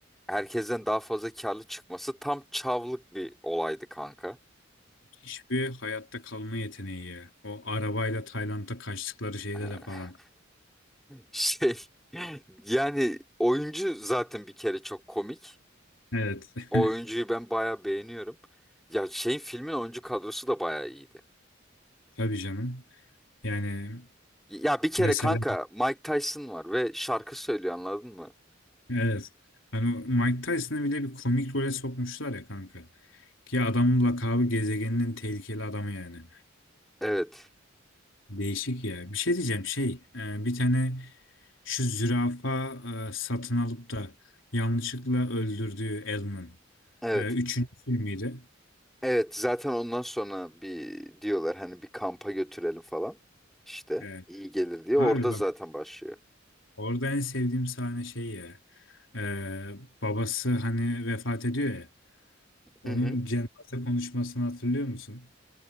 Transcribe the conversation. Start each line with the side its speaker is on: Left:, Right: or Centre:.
Centre: herkesten daha fazla karlı çıkması tam Çav'lık bir olaydı kanka.
Left: müthiş bir hayatta kalma yeteneği ya. O arabayla Tayland'a kaçtıkları şeyde
Centre: <laughs>
Left: de falan.
Centre: Şey yani oyuncu zaten bir kere çok komik.
Left: Evet.
Centre: O
Left: <laughs>
Centre: oyuncuyu ben bayağı beğeniyorum. Ya şeyin filmin oyuncu kadrosu da bayağı iyiydi.
Left: Tabii canım. Yani
Centre: Ya bir kere
Left: mesela
Centre: kanka Mike Tyson var ve şarkı söylüyor anladın mı?
Left: Evet. Hani o Mike Tyson'ı bile bir komik role sokmuşlar ya kanka. Ki adamın lakabı gezegeninin tehlikeli adamı yani.
Centre: Evet.
Left: Değişik ya. Bir şey diyeceğim şey. e, Bir tane şu zürafa e, satın alıp da yanlışlıkla öldürdüğü Alan'ın.
Centre: Evet.
Left: e, Üçüncü filmiydi.
Centre: Evet. Zaten ondan sonra bir diyorlar hani bir kampa götürelim falan. İşte
Left: Evet.
Centre: iyi gelir diye
Left: Abi
Centre: orada
Left: bak
Centre: zaten başlıyor.
Left: orada en sevdiğim sahne şey ya. e, Babası hani vefat ediyor ya. Onun
Centre: Hı hı.
Left: cenaze konuşmasını hatırlıyor musun?